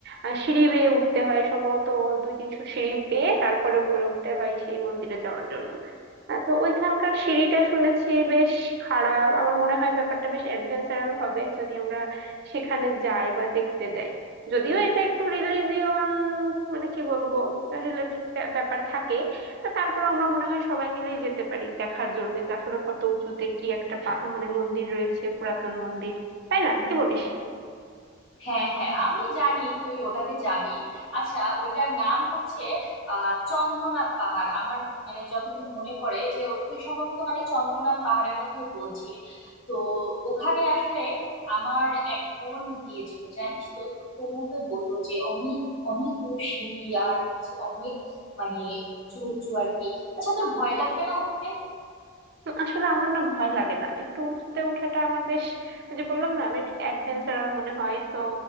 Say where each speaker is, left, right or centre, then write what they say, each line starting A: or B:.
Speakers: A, on the right; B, on the left.
A: আহ, সিঁড়ি বেয়ে উঠতে হয় সম্ভবত দুই তিনশো সিঁড়ি বেয়ে তারপরে উপরে উঠতে হয় সেই মন্দিরে যাওয়ার জন্য আহ, তো ওইখানকার সিঁড়িটা শুনেছি বেশ খারাপ আমার মনে হয় ব্যাপারটা বেশ অ্যাডভেঞ্চারাল হবে যদি আমরা সেখানে যাই বা দেখতে যাই যদিও এটা একটু রিলিজিয়ন মানে কি বলবো রিলেটেড ব্যাপার থাকে তা তারপর আমরা মনে হয় সবাই মিলেই যেতে পারি দেখার জন্য যে আসলে কত উঁচুতে কি একটা পা- মানে মন্দির রয়েছে পুরাতন মন্দির তাই না কি বলিস
B: হ্যাঁ হ্যাঁ আমি জানি তুই ওটাতে যাবি আচ্ছা ওইটার নাম হচ্ছে আহ চন্দ্রনাথ পাহাড় আমার মানে যতদূর মনে পড়ে যে ও- তুই সম্ভবত মানে চন্দ্রনাথ পাহাড়ের কথাই বলছিস তো ওখানে আসলে আমার এক বোন গিয়েছিল জানিস তো তো তোর মতোই বললো যে অনেক অনেকগুলো সিঁড়ি আর হচ্ছে অনেক মানে উঁচু উঁচু আর কি আচ্ছা তোর ভয় লাগবে না উঠতে
A: উম, আসলে আমার না ভয় লাগে না একটু উঁচুতে ওঠাটা আমার বেশ ওই যে বললাম না বেশ অ্যাডভেঞ্চারাল মনে হয় তো